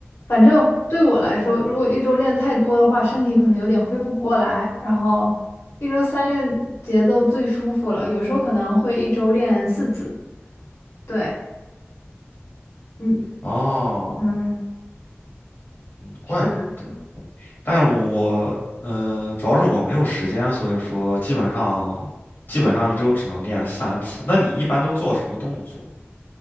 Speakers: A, on the left; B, on the left.
A: 反正对我来说，如果一周练太多的话，身体可能有点恢复不过来。然后一周三练节奏最舒服了，有时候可能会一周练四次。对，嗯
B: 哦，
A: 嗯，
B: 嗯，怪不得。
A: 是
B: 但是我嗯，主要是我没有时间，所以说基本上基本上一周只能练三次。那你一般都做什么动作？